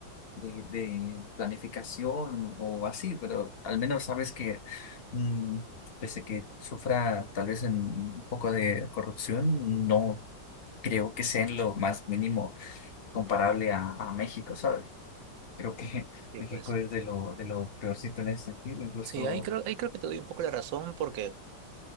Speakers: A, on the left; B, on the right.
A: de, de planificación o así, pero al menos sabes que, mm, pese a que sufra tal vez en un poco de corrupción, no creo que sea en lo más mínimo comparable a, a México, ¿sabes? Creo que <laughs>
B: Y
A: México
B: pues,
A: es de lo, de lo peorcito en ese sentido, incluso,
B: sí, ahí creo, ahí creo que te doy un poco la razón porque